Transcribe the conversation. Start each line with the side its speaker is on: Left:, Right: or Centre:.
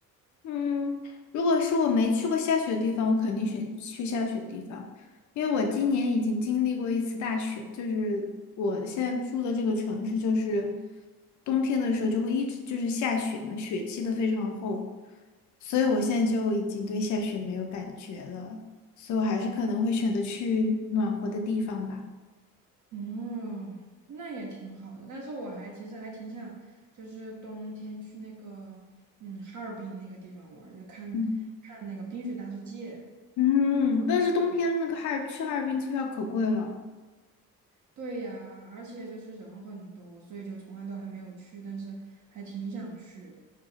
Left: 嗯，如果是我没去过下雪的地方，我肯定选去下雪地方，因为我今年已经经历过一次大雪，就是我现在住的这个城市，就是冬天的时候就会一直就是下雪嘛，雪积的非常厚，所以我现在就已经对下雪没有感觉了，所以我还是可能会选择去暖和的地方吧。
Right: 嗯，那也挺好的，但是我还其实还挺想，就是冬天去那个嗯哈尔滨那个地方玩儿，就看看那个冰雪大世界。
Left: 嗯嗯，但是冬天那个哈尔去哈尔滨机票可贵了。
Right: 对呀，而且就是人很多，所以就从来都还没有去，但是还挺想去的。